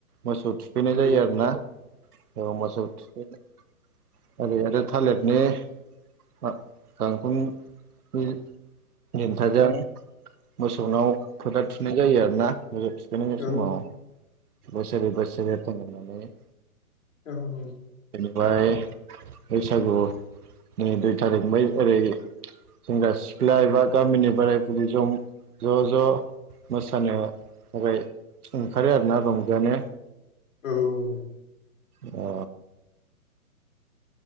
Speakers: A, on the right; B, on the left.
A: मोसौ थुखैनाय
B: औ
A: जायो आरोना औ मोसौ थुखैनाय ओरै आरो थालिरनि फा गांखं बे देनथाजों मोसौनाव फोथा थुनाय जायो आरोना मोसौ थुखैनाय
B: औ
A: समाव बोसोरै बोसोरै एरथों होननानै
B: औ औ
A: ब्लाय बैसागुनि दुइ थारिखनिफ्राय ओरै सेंग्रा-सिख्ला एबा गामिनि बोराय-बुरै जम ज' ज' मोसानो थाखाय ओंखारो आरोना रंजानो
B: औ औ
A: अ